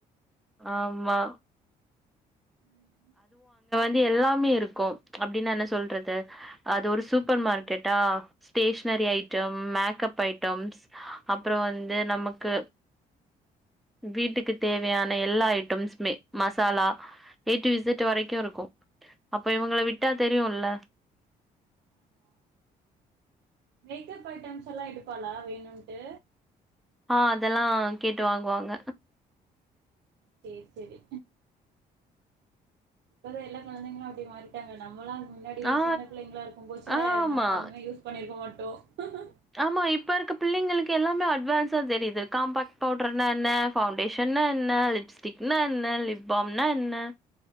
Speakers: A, in the centre; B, on the right (about 65°).
A: ஆமா
B: ம்
A: அது எல்லாமே இருக்கு அப்டின்னு என்ன சொல்றது அது ஒரு சூப்பர் மார்க்கெட்டா ஸ்டேஷனரி ஐட்டம் மேக்கப் ஐட்டம்ஸ் அப்புறோ வந்து நமக்கு வீட்டுக்கு தேவையான எல்லா ஐட்டம்ஸ்மே மசாலா எய்டூ இசெட் வரைக்கு இருக்கு அப்போ இவுங்க விட்டா தெரியும்ல
B: ஆமா மேக்கப் ஐட்டம்ஸ் எல்லா எடுப்பாளா வேணும்ட்டு
A: ஆ அதெல்லா கேட்டு வாங்குவாங்க
B: சேரி சேரி இப்பதா எல்லா கொழந்தைங்களு அப்படி மாறிட்டாங்க நம்மளாம் முன்னாடி
A: ஆ
B: சின்ன பிள்ளைங்களா இருக்கு போச்சுல
A: ஆ ஆமா
B: நாம ஒண்ணமே யூஸ் பண்ணிருக்க மாட்டோ ஆ
A: ஆமா இப்ப இருக்க பிள்ளைங்களுக்கு எல்லாமே அட்வான்ஸா தெரிது காம்பாக்ட் பவுடர்னா என்ன பவுண்டேஷன்னா என்ன லிப்ஸ்டிக்னா என்ன லிப் பாம்னா என்ன